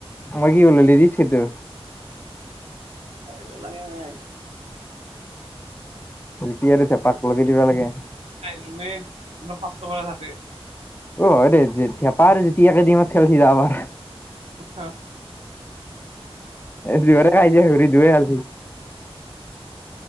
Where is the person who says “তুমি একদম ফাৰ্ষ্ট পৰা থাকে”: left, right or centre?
Right